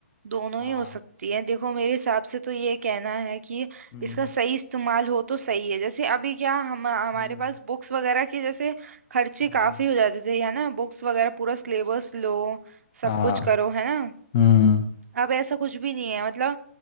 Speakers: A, on the right; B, on the left.
A: दोनों
B: हाँ
A: ही हो सकती हैं देखो मेरे हिसाब से तो ये कहना है कि
B: हम्म
A: इसका सही इस्तेमाल हो तो सही है जैसे अभी क्या हम हमारे
B: हम्म
A: पास बुक्स वगैरह के जैसे खर्चे
B: हम्म
A: काफी हो जाते थे है ना बुक्स वगैरह पूरा सिलेबस लो सब
B: हाँ
A: कुछ करो है ना
B: हम्म
A: अब ऐसा कुछ भी नहीं है मतलब